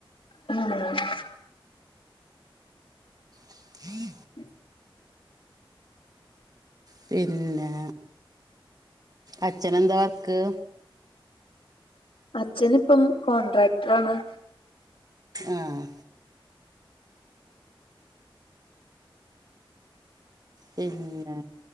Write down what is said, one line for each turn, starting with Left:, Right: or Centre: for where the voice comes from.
Left: ആഹ് <unintelligible>
Right: <inaudible>
Left: <inaudible>
Right: പിന്നെ അച്ഛനെന്താ വർക്ക്
Left: അച്ഛന് ഇപ്പം കോൺട്രാക്ടർാണ്
Right: ആഹ് പിന്നെ